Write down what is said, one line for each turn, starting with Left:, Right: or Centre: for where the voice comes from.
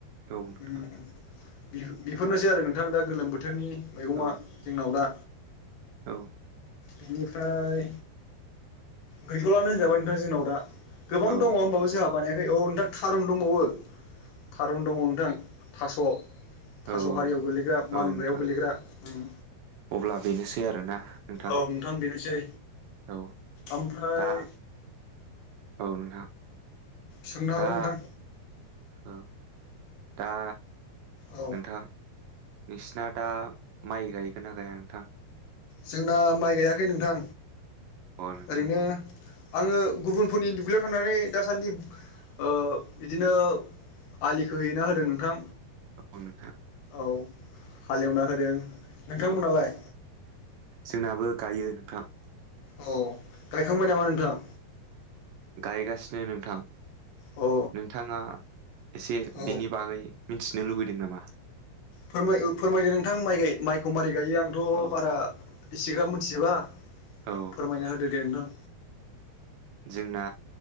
Right: नोंथां
Left: उम बि-बिफोरनोसै आरो नोंथां दा गोलोम बोथोरनि मैगंआ
Right: औ
Left: जोंनाव दा।
Right: औ।
Left: बेनिफ्राय गैथ'लानो होनजाबाय नोंथां जोंनाव दा। गोबां
Right: औ
Left: दङ' होमबाबो जोंहा बानायाखै औ नोंथा थारुन दंबावो थारुन दङ' नोंथां थास'
Right: औ
Left: थास' हारियाव गोलैग्रा मानग्रायाव
Right: औ नोंथां
Left: गोलैग्रा उम।
Right: अब्ला बेनोसै आरोना नोंथां?
Left: औ बेनोसै
Right: औ
Left: ओमफ्राय
Right: दा औ नोंथां
Left: सोंनो हागोन
Right: दा
Left: नोंथां
Right: ओ दा
Left: औ
Right: नोंथां नोंसिना दा माइ गायगोना गाया नोंथां?
Left: जोंना माइ गायाखै नोंथां
Right: अ नोंथां
Left: ओरैनो आङो गुबुनफोरनि दुब्लियाव थांनानै दासान्दि ओ इदिनो आलि खोहैना होदों नोंथां।
Right: औ नोंथां
Left: औ हालेवना होदों, नोंथां
Right: औ
Left: मोनालाय?
Right: जोंनाबो गायो नोंथां।
Left: औ गायखांबाय नामा नोंथां?
Right: गायगासिनो नोंथां,
Left: औ
Right: नोंथाङा एसे
Left: औ
Right: बेनि बागै मिथिनो लुबैदों नामा?
Left: फोरमाय फोरमायदो नोंथां माइ माइखौ मारै गायो आंथ'
Right: औ
Left: बारा इसिग्राब मिथिजोबा
Right: औ
Left: फोरमायना होदो दे नोंथां।
Right: जोंना